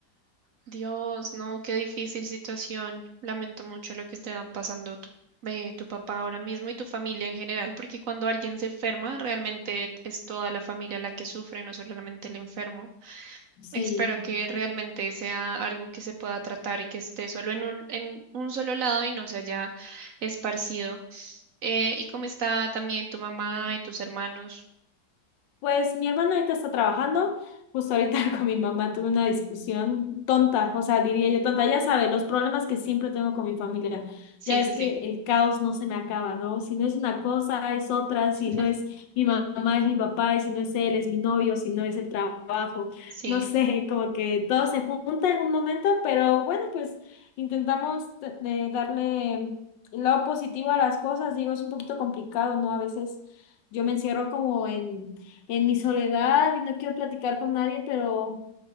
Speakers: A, on the right; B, on the left.
A: Dios, no, qué difícil situación. Lamento mucho lo que está pasando tu, eh, tu papá ahora mismo y tu familia en general, porque cuando alguien se enferma, realmente es toda la familia la que sufre, no solamente el enfermo.
B: Sí.
A: Espero que realmente sea algo que se pueda tratar y que esté solo en un, en un solo lado y no se haya esparcido. Eh, ¿y cómo está también tu mamá y tus hermanos?
B: Pues mi hermana ahorita está trabajando, justo ahorita <laughs> con mi mamá tuve una discusión tonta, o sea, diría yo tonta, ya sabes, los problemas que siempre tengo con mi familia,
A: Sí,
B: ya ves
A: sí,
B: que
A: sí.
B: el caos no se me acaba, ¿no? Si no es una cosa, es otra, si
A: <laughs>
B: no es mi mamá, es mi papá, y si no es él, es mi novio, si no es el trabajo,
A: Sí.
B: no sé, <laughs> como que todo se junta en un momento, pero bueno, pues intentamos de- de darle lo positivo a las cosas, digo, es un poquito complicado, ¿no? A veces yo me encierro como en en mi soledad y no quiero platicar con nadie, pero